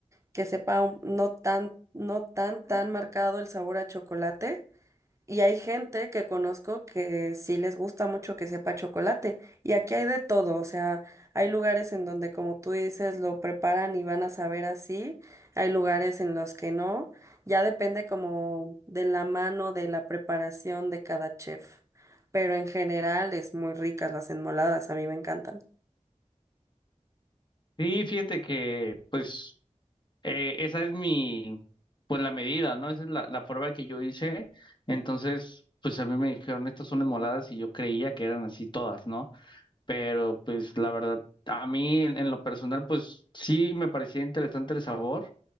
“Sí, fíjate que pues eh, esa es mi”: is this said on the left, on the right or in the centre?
Left